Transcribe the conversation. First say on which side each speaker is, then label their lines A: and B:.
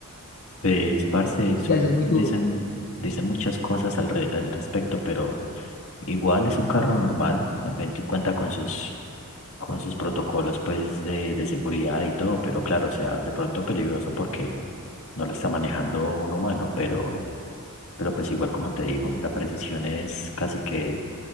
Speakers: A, on the left; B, on the left.
A: Pues, parce, eso
B: y al ser muy
A: dicen,
B: duro,
A: dicen muchas cosas al, re- al respecto, pero igual es un carro normal, también te cuenta con sus, con sus protocolos pues de, de seguridad y todo, pero claro, o sea, de pronto peligroso porque no lo está manejando un humano, pero, pero pues igual como te digo, la precisión es casi que